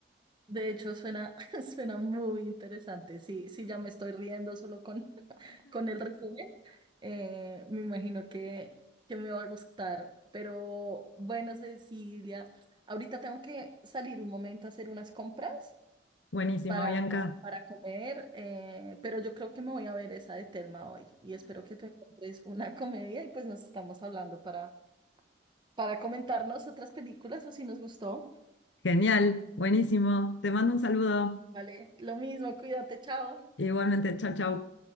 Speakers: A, on the right; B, on the left.
A: De hecho, suena, <laughs> suena muy interesante. Sí, sí, ya me estoy riendo solo con, con el resumen, eh, me imagino que, que me va a gustar. Pero bueno, Cecilia, ahorita tengo que salir un momento a hacer unas compras
B: Buenísimo,
A: para,
B: Bianca.
A: para comer, eh, pero yo creo que me voy a ver esa de Telma hoy y espero que tú encuentres una comedia y pues nos estamos hablando para, para comentarnos otras películas o si nos gustó.
B: Genial, buenísimo. Te mando un saludo.
A: Vale, lo mismo, cuídate, chao.
B: Igualmente, chao, chao.